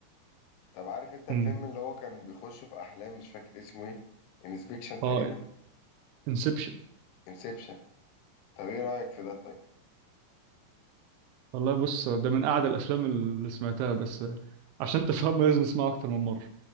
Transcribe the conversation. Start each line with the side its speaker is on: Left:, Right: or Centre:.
Left: طب عارف انت الفيلم
Right: امم
Left: اللي هو كان بيخش في احلام مش فاكر اسمه ايه انسبكشن تقريبا
Right: أه انسبشن
Left: انسبشن طب ايه رايك في ده طيب
Right: والله بص ده من أعد الأفلام اللي سمعتها بس عشان تفهمه لازم تسمعه أكتر من مرة